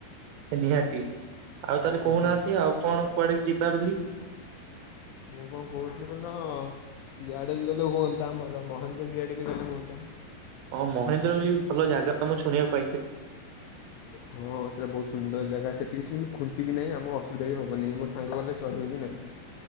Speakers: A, on the right; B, on the left.
A: ନିହାତି ଆଉ
B: ନିହାତି
A: ତାହେଲେ କହୁନାହାନ୍ତି ଆଉ କଣ କୁଆଡେକୁ ଯିବା ବୋଲି।
B: ମୁଁ କଣ କହୁଥିଲି କହଲ ଇଆଡେ ବି ଗଲେ ହୁଅନ୍ତା ଆମର ମହାନଯୋଗି ଆଡେ ବି ଗଲେ ହୁଅନ୍ତା।
A: ହଁ ମହେନ୍ଦ୍ରଗିରି ଭଲ ଜାଗା ମୁଁ ଶୁଣିଆକୁ ପାଇଥିଲି।
B: ହଁ ସେଇଟା ବହୁତ ସୁନ୍ଦର ଜାଗା ସେଠି କିଛି କିନ୍ତୁ ଖୁଣ୍ଟି ବି ନାହିଁ ଆମୁକୁ ଅସୁବିଧା ବି ହବନି ମୋ ସା ସାଙ୍ଗ ଗଲେ ଚଢିବେ ବି ନାହିଁ।